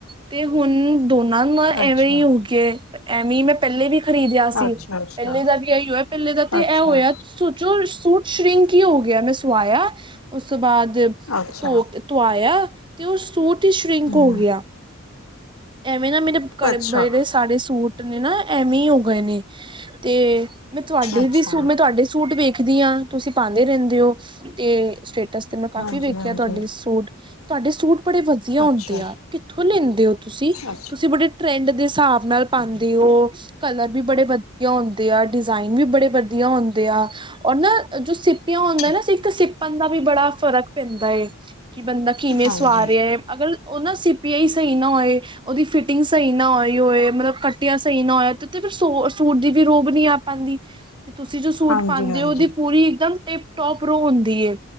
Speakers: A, on the right; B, on the left.
A: ਤੇ ਹੁਣ ਦੋਨਾਂ ਨਾ
B: ਅੱਛਾ
A: ਐਵੇਂ ਈ ਹੋਗੇਐ। ਐਵੇਂ ਨਾ ਪੈਲੇ ਵੀ ਖ਼ਰੀਦਿਆ ਸੀ।
B: ਅੱਛਾ ਅੱਛਾ
A: ਪੈਲੇ ਦਾ ਵੀ ਐਈ ਹੋਇਆ ਪੈਲੇ ਦਾ ਤੇ
B: ਅੱਛਾ
A: ਐ ਹੋਇਆ। ਸੋਚੋ ਸੂੱਟ ਸ਼ਿ੍ੰਕ ਈ ਹੋ ਗੇਯਾ ਮੈਂ ਸਵਾਇਆ ਉਸ ਤੋਂ ਬਾਦ
B: ਅੱਛਾ
A: ਧੋ ਕੇ ਧੁਆਇਆ ਤੇ ਔਹ ਸੂਟ ਈ ਸ਼ਿ੍ੰਕ
B: ਹੂੰ
A: ਹੋ ਗਿਯਾ। ਐਵੇਂ ਨਾ ਮੇਰੇ ਘਰੇ
B: ਅੱਛਾ
A: ਬੜੇ ਸਾਰੇ ਸੂਟ ਨੇ ਨਾ, ਐਵੇਂ ਈ ਹੋ ਗੇ ਨੇ ਤੇ ਮੈਂ ਤੁਆਡੇ
B: ਅੱਛਾ
A: ਵੀ ਸੂ-ਮੈਂ ਤੁਆਡੇ ਸੂਟ ਵੇਖਦੀ ਆਂ ਤੁਸੀਂ ਪਾਦੇ ਰੈਂਦੇ ਔ ਤੇ ਸਟੇਟਸ ਤੇ ਮੈਂ ਕਾਫੀ
B: ਹਾਂਜੀ
A: ਵੇਖਯਾ
B: ਹਾਂਜੀ
A: ਤੁ ਆਡੀ ਸੂਟ। ਤੁਆਡੇ ਸੂਟ ਬੜੇ ਵਧੀਆ ਹੁੰਦੇ
B: ਅੱਛਾ
A: ਆ, ਕਿੱਥੋਂ ਲੈਂਦੇ ਔ ਤੁਸੀਂ,
B: ਅੱਛਾ
A: ਤੁਸੀ, ਟਿਬਰਿ ਟਰੈਂਡ ਦੇ ਸਾਬ ਨਾਲ ਪਾਂਦੇ ਔ ਕਲਰ ਵੀ ਬੜੇ ਵਧੀਆ ਹੁੰਦੇ ਆ, ਡਿਜ਼ਾਇਨ ਵੀ ਬੜੇ ਵਧੀਆ ਹੁੰਦੇ ਆ, ਔਰ ਨਾ ਜੋ ਸਿਪ ਪਿਔਂਨ
B: ਓਕੇ
A: ਹੁੰਦਾ ਨਾ, ਸਿੱਪਨ ਦਾ ਵੀ ਬੜਾ ਫ਼ਰਕ ਪੈਂਦਾ ਏ। ਕਿ ਬੰਦਾ ਕਿਵੇਂ
B: ਹਾਂਜੀ
A: ਸਵਾ ਰਿਆ ਏ, ਅਗਰ ਔਹ ਨਾ ਸਿਪਯਾ ਈ ਸਈ ਨਾ ਹੋਏ ਔਦੀ ਫਿਟਿੰਗ ਸਈ ਨਾ ਹੋਈ ਹੋਏ, ਮਤਲਬ ਕੱਟੀਆਂ ਸਈ ਨਾ ਹੋਏ, ਤੇ ਸੌਰ ਸੂਟ ਦੀ ਵੀ ਰੋਬ ਨੀ ਅਪ- ਪਾਂਦੀ ਤੇ ਤੁਸੀਂ ਜੋ ਸੂਟ
B: ਹਾਂਜੀ
A: ਪਾਦੇ
B: ਹਾਂਜੀ
A: ਔ ਔਦੀ ਪੂਰੀ ਇੱਕਦਮ ਟਿਪ- ਟੋਪ ਰੋ ਹੌਂਦੀਏ।